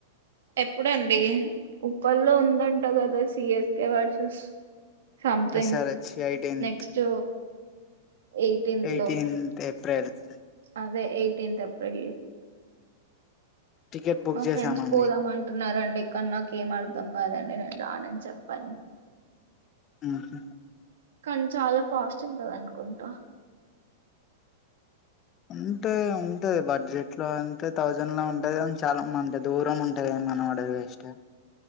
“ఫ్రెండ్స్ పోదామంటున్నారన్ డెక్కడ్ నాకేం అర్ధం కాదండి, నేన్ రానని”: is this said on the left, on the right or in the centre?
Right